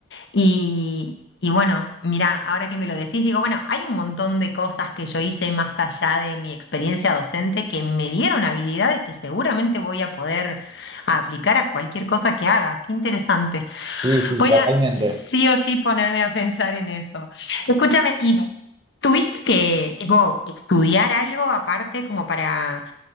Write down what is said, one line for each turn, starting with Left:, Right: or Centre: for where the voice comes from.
Left: Y, y bueno, mirá, ahora que me lo decís, digo, bueno, hay un montón de cosas que yo hice más allá de mi experiencia docente que me dieron habilidades que seguramente voy a poder aplicar a cualquier cosa que haga. Qué interesante.
Right: Sí, sí,
Left: Voy
Right: totalmente.
Left: a sí o sí ponerme a pensar en eso. Escúchame, ¿y tuviste que, tipo, estudiar algo aparte como para